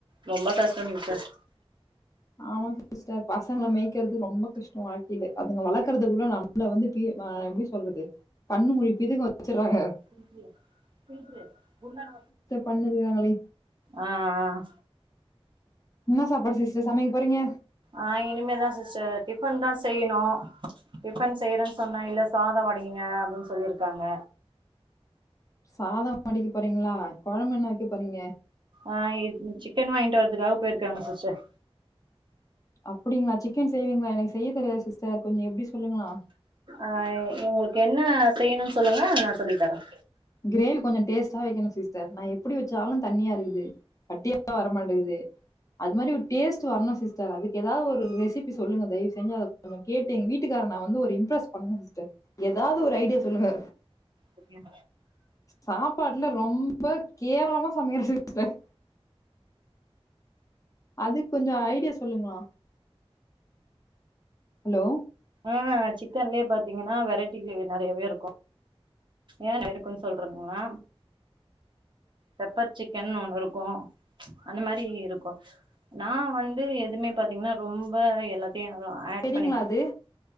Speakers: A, on the right; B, on the left.
A: ரொம்ப கஷ்டம் சிஸ்டர்
B: ஆமா சிஸ்டர் பசங்களை மேய்க்கறது ரொம்ப கஷ்டம் வாழ்க்கையிலே அதுங்கள வளக்குறதுக்குள்ள ல வந்து ப எப்படி சொல்றது கண்ணு முழிப்பிதுங்க வச்சடுறாங்க
A: அப்டியா பில்டரு குண்டான
B: பண்ணிருவாங்களே
A: ஆஹ் ஆஹ்
B: என்ன சாப்பாடு சிஸ்டர் சமைக்க போறீங்க
A: ஆஹ் இனிமேதான் சிஸ்டர் டிஃபன் தான் செய்யணும் டிபன் செய்யறேன்னு சொன்னேன் இல்ல சாதம் வடிங்க அப்படின்னு சொல்லியிருக்காங்க
B: சாதம் அடிக்க போறீங்களா கொழம்பு என்ன வைக்க போறீங்க
A: ஆஹ் சிக்கன் வாங்கிட்டு வரதுக்காக போயிருக்காங்க சிஸ்டர்
B: அப்படிங்களா சிக்கன் செய்வீங்களா எனக்கு செய்ய தெரியாது சிஸ்டர் கொஞ்சம் எப்படி சொல்லுங்களேன்
A: ஆஹ் உங்களுக்கு என்ன செய்யணும்னு சொல்லுங்க நான் சொல்லி தரேன்
B: கிரேவி கொஞ்சம் டேஸ்ட்டா வைக்கணும் சிஸ்டர் நான் எப்படி வச்சாலும் தனியா இருக்குது கட்டியல்லாம் வரமாட்டேங்குது அது மாதிரி ஒரு டேஸ்ட் வரணும் சிஸ்டர் அதுக்கு எதாவது ஒரு ரெசிபி சொல்லுங்க தயவு செஞ்சு அது இத கேட்டு எங்க வீட்டுக்கார நான் வந்து ஒரு இம்ப்ரஸ் பண்ணணும் சிஸ்டர் ஏதாவது ஒரு ஐடியா சொல்லுங்க
A: அப்டியா
B: சாப்பாட்டுல ரொம்ப கேவலமா சமைக்றேன் சிஸ்டர் அதுக்கு கொஞ்சம் ஐடியா சொல்லுங்களேன் ஹலோ
A: ஆஹ் சிக்கன்லேயே பாத்தீங்கன்னா வெரைட்டி கிரேவி நிறையாவே இருக்கும் ஏன் எதுக்குன்னு சொல்றேனா பெப்பர் சிக்கன்னு ஒண்ணு இருக்கும் அந்த மாதிரி இருக்கும் நான் வந்து எதுவுமே பாத்தீங்கன்னா ரொம்ப எல்லாத்தையும் ஆட்
B: செரிங்களா
A: பண்ண
B: அது